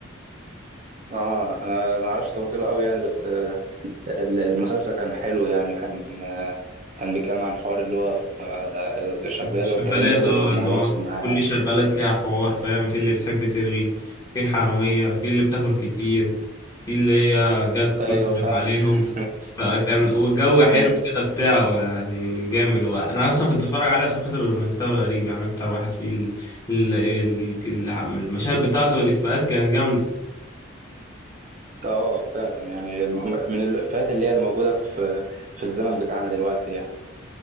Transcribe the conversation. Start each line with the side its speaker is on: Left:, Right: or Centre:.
Right: اه انا ما اعرفش تفاصيله قوي يعني بس آه، ال- المسلسل كان حلو يعني كان آه، كان بيتكلم عن حوار اللي هو آه، الشغاله
Left: شغالات
Right: والكلام ده ومغامراتهم
Left: اه ان هو
Right: معاها
Left: كل
Right: يعني.
Left: شغالات ليها حوار فاهم في اللي بتحب ترغي في الحرامية في اللي بتاكل كتير في اللي هي جت
Right: ايوه
Left: نصبت
Right: فعلا
Left: عليهم
Right: <laughs>
Left: فكان والجو حلو
Right: مم.
Left: كده بتاعه يعني جامد انا اصلا كنت بتفرج عليه عشان خاطر مستوى غريب يعني اكتر واحد فيه ال- ال- ال- ال- المشاهد بتاعته والافيهات كانت جامدة
Right: اه فعلا يعني من الافيهات اللي هي اللي موجوده في في الزمن بتاعنا دلوقتي يعني